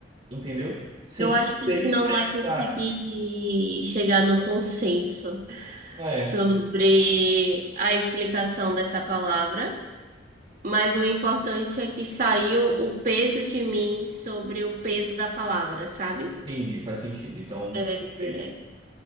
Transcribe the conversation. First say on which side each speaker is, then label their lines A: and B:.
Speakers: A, on the right; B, on the right.
A: Entendeu? Sem
B: Eu
A: que
B: acho que
A: você
B: a gente
A: expressasse.
B: não vai conseguir chegar no consenso
A: É,
B: sobre a explicação dessa palavra. Mas o importante é que saiu o peso de mim sobre o peso da palavra, sabe?
A: entendi, faz sentido. Então,
B: É,
A: perfeito.
B: é,